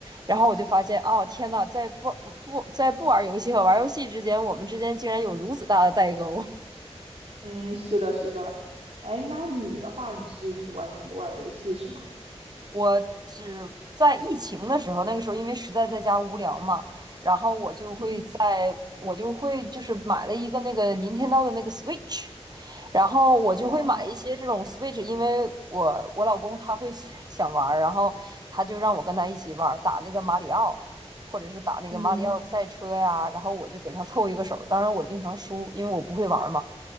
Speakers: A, on the right; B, on the right.
A: 然后我就发现，哦，天呐，在不嗯不在不玩游戏和玩游戏之间，我们之间竟然有如此大的代沟。
B: 嗯，是的，是的。哎，那你的话，你是就是完全不玩游戏是吗？
A: <laughs> 我只在疫情的时候，那个时候因为实在在家无聊嘛，然后我就会在，
B: 嗯
A: 我就会就是买了一个那个 Nintendo 的那个 Switch，然后我就会买一些这种
B: 哦，
A: Switch，因为我我老公他会 <laughs> 想玩儿，然后他就让我跟他一起玩儿，打那个马里奥，或者是打那个马里奥赛车呀，
B: 嗯
A: 然后我就给他凑一个手儿。当然我经常输，因为我不会玩儿嘛，